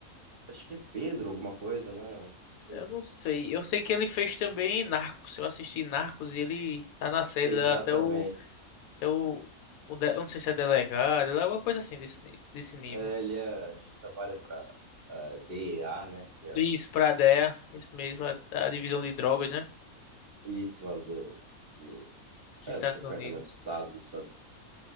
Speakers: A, on the right; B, on the left.
A: acho que é Pedro alguma coisa, né? Um-
B: Eu não sei.
A: um-
B: Eu sei que ele fez também Narcos. Eu assisti Narcos e ele tá na série
A: Exatamente.
B: lá até o, até o, o de- eu não sei se é delegado, é alguma coisa assim desse, ni- desse nível.
A: É, Ele é- acho que trabalha para a DEA, né? Que é
B: Isso, pra DEA, isso mesmo, a, a divisão de drogas, né?
A: isso lá do, do,
B: Dos
A: é,
B: Estados
A: do Departamento
B: Unidos.
A: de Estado dos Estados Unidos.